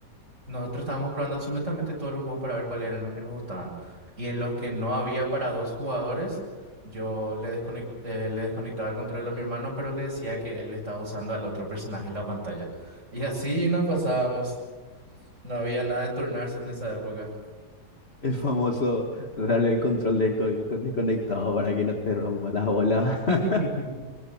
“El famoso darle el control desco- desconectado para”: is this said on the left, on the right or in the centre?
Left